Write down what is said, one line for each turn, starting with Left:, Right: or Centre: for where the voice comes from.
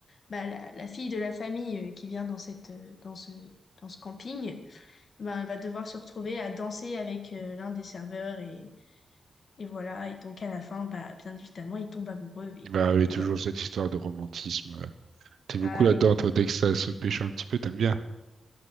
Left: bah, la, la fille de la famille euh, qui vient dans cette, euh, dans ce, dans ce camping, bah, elle va devoir se retrouver à danser avec euh, l'un des serveurs. Et, et voilà. Et donc, à la fin, bah, bien évidemment, ils tombent amoureux. Et
Right: Bah, oui,
Left: puis
Right: toujours
Left: voilà, quoi.
Right: cette histoire de romantisme. ouais. T'es beaucoup
Left: Ah
Right: là-dedans,
Left: oui.
Right: toi, dès
Left: <laughs>
Right: que ça se pêche un petit peu, t'aimes bien.